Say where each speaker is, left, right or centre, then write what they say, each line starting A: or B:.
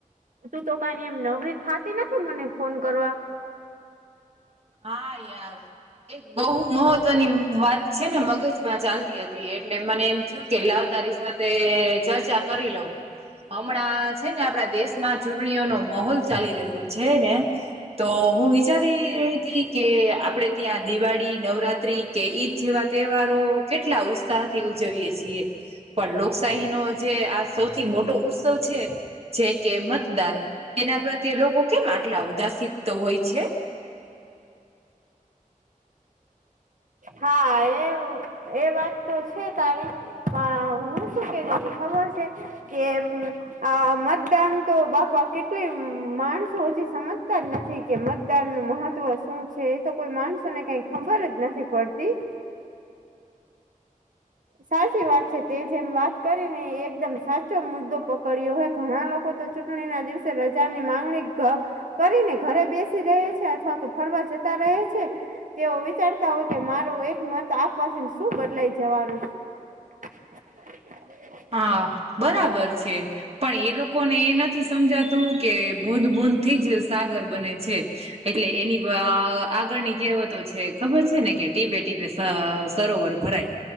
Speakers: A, on the right (about 70°); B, on the right (about 45°).
A: તું તો કઈ એમ નવરીત ખાતી નથી મને ફોન કરવા.
B: હા યાર, એક બહુ મહ ની વાત છે ને મગજમાં ચાલતી હતી એટલે મને એમ થયું. કે લાવ તારી સાથે ચર્ચા કરી લઉં. હમણાં છે ને આપણા દેશમાં ચૂંટણીઓનો માહોલ ચાલી રહ્યો છે ને. તો હું વિચારી કે આપણે ત્યાં દિવાળી નવરાત્રી કે ઈદ જેવા તહેવારો કેટલા ઉત્ ઉત્સાહ થી ઉજવીએ છીએ, પણ લોકશાહી નો જે આ સૌથી મોટો ઉત્સવ છે, જે કે મતદાન. એના પ્રત્યે લોકો કેમ આટલા ઉદાસીત હોય છે?
A: હા એ એ વાત તો છે તારી. હ હું શું કે ખબર છે, કે આ મતદાન તો બાપા કેટલી માણસો હજી સમજતા જ નથી. કે મતદાન નું મહત્વ શું છે એ તો કોઈ માણસોને કઈ ખબર જ નથી પડતી. સાચી વાત છે તે જેમ વાત કરીને એકદમ સાચો મુદ્દો પકડ્યો હય ઘણા લોકો તો ચૂંટણી ના દિવસે પ્રજાની માંગણી કરીને ઘરે બેસી રહે છે અથવા તો ફરવા જતા રહે છે. તેઓ વિચારતા હોય કે મારો એક મત આપવાથી શું બદલાઈ જવાનું. <inaudible>
B: હા બરાબર છે. પણ એ લોકોને એ નથી સમજાતું કે ભૂદ બૂદ થી જ સાગર બને છે. એટલે એની આગળની કહેવતો છે ખબર છે ને કે ટીપે ટીપે અ સરોવર ભરાય,